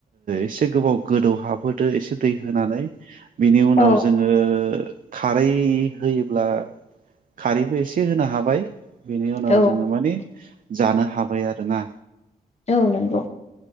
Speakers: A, on the right; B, on the left.
A: एसे गोबाव गोदौ हाबहोदो एसे दै होनानै बिनि उनाव
B: औ
A: जोङो खारै होयोब्ला खारैबो एसे होनो हाबाय। बेनि उनाव
B: औ
A: जोङो माने जानो हाबाय आर‌ रो ना।
B: औ नंगौ।